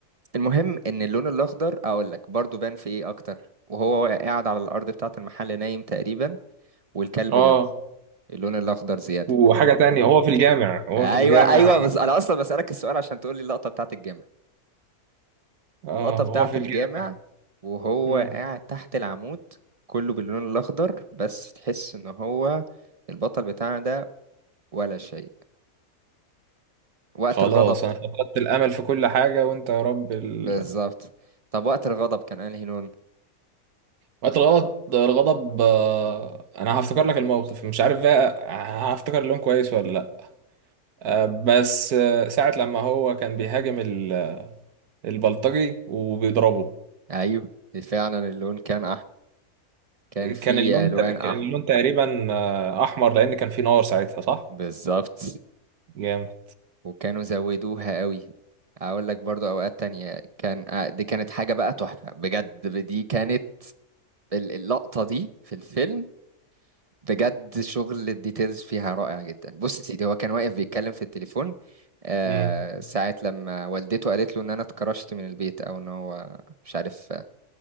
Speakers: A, on the right; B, on the right.
A: المهم ان اللون الاخضر اقول لك برضو بان في ايه اكتر وهو قاعد على الارض بتاعة المحل نايم تقريبا والكلب
B: آه
A: جنبه اللون الاخضر زيادة
B: وحاجة تانية هو في الجامع هو
A: ايوه
B: في الجامع
A: ايوه بس انا اصلا بسالك السؤال عشان تقول لي اللقطه بتاعت الجامع
B: اه
A: اللقطه
B: هو
A: بتاعت
B: في
A: الجامع
B: الجامع
A: وهو
B: مم.
A: قاعد تحت العمود كله باللون الاخضر بس تحس ان هو البطل بتاعنا ده ولا شيء وقت
B: خلاص
A: الغضب
B: انا فقدت الامل في كل حاجة وانت يا رب ال...
A: بالظبط طب وقت الغضب كان انهي لون
B: وقت الغلط الغضب آه، انا هفتكر لك الموقف مش عارف بقى هفتكر اللون كويس ولا لا آه، بس آه، ساعة لما هو كان بيهاجم ال- البلطجي وبيضربه
A: ايوه فعلا اللون كان احمر كان فيه
B: كان اللون
A: الوان
B: ت- كان
A: احمر
B: اللون تقريبا آه، احمر لان كان في نار ساعتها صح
A: بالظبط
B: جامد
A: وكانوا زودوها قوي اقول لك برضو اوقات تانية كان آه، دي كانت حاجة بقى تحفة بجد دي كانت ال- اللقطة دي في الفيلم بجد شغل الديتيلز فيها رائع جدا بص يا سيدي هو كان واقف بيتكلم في التليفون آه
B: مم.
A: ساعة لما والدته قالت له ان انا اتكرشت من البيت او ان هو مش عارف آه،